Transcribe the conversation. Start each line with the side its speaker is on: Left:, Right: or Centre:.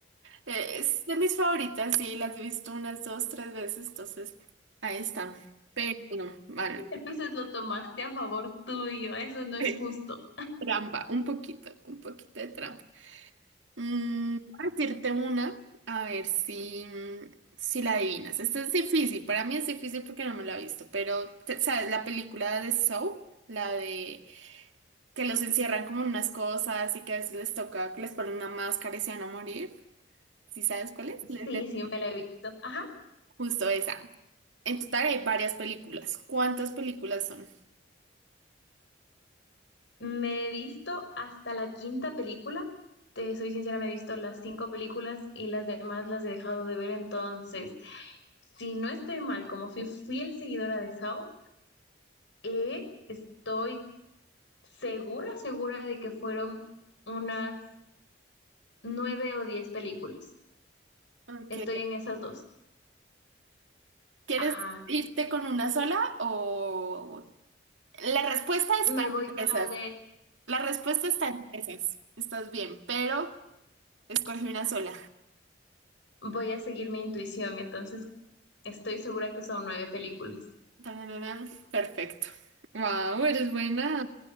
Right: Eh, Es de mis favoritas, sí, las he visto unas dos, tres veces, entonces ahí están. Pero bueno, vale.
Left: Entonces lo tomaste a favor tuyo. Eso no es
Right: <laughs>
Left: justo.
Right: Trampa, un poquito, un poquito de trampa. Mm, voy a decirte una, a ver si, mm, si la adivinas. Esto es difícil, para mí es difícil porque no me la he visto, pero te- ¿sabes la película de Saw? La de que los encierran como en unas cosas y que a veces les toca que les ponen una máscara y se van a morir. ¿Sí sabes cuál es? Les
Left: Sí,
Right: de-
Left: sí, me la he visto. Ajá.
Right: Justo esa. En total hay varias películas. ¿Cuántas películas son?
Left: Me he visto hasta la quinta película. Te soy sincera, me he visto las cinco películas y las demás las he dejado de ver. Entonces, si no estoy mal, como fui fiel seguidora de Sao, eh, estoy segura, segura de que fueron unas nueve o diez películas.
Right: Ok.
Left: Estoy en esas dos.
Right: ¿Quieres
Left: Ajá.
Right: irte con una sola o...? La respuesta está
Left: Me voy
Right: en
Left: con
Right: esas.
Left: la de
Right: La respuesta está en esas. Estás bien, pero escogí una sola.
Left: voy a seguir mi intuición, entonces estoy segura que son nueve películas.
Right: Tarararán. Perfecto. Wow, eres buena.